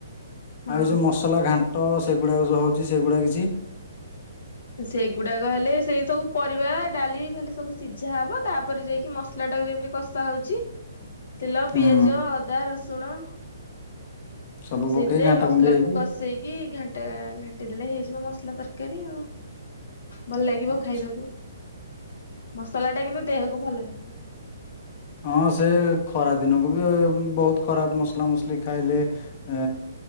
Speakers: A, on the left; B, on the left.
A: ହଁ
B: ଆଉ ଏ ଯୋଉ ମସ ମସଲା ଘାଣ୍ଟ ସେଗୁଡ଼ାକ ଯେଉଁ ହଉଛି ସେଗୁଡ଼ା କିଛି।
A: ସେଇଗୁଡାକ ହେଲେ ସେଇ ସବୁ ପରିବା ଡାଲି ଫାଲି ସବୁ ସିଝା ହବ ତାପରେ ଯାଇକି ମସଲା ଟାକୁ ଯେମିତି କଷା ହେଉଚି ତେଲ
B: ହୁଁ
A: ପିଆଜ ଅଦା ରସୁଣ।
B: ସବୁ
A: ସେଇଥିରେ
B: ପକେଇ ଘାଣ୍ଟା
A: ମସଲା
B: ଘୁଣ୍ଟି ହେଇକି
A: କୁ କଷେଇକି ଘଣ୍ଟା ଘାଣ୍ଟି ଦେଲେ ହେଇଯିବ ମସଲା ତରକାରୀ ଆଉ। ଭଲ ଲାଗିବ
B: ଆଚ୍ଛା
A: ଖାଇବାକୁ ମସଲା ଟା କିନ୍ତୁ ଦେହକୁ ଭଲ ନୁହେଁ।
B: ହଁ ସେ ଖରା ଦିନକୁ ବି ବହୁତ ଖରାପ ମସଲା ମସଲି ଖାଇଲେ ଏ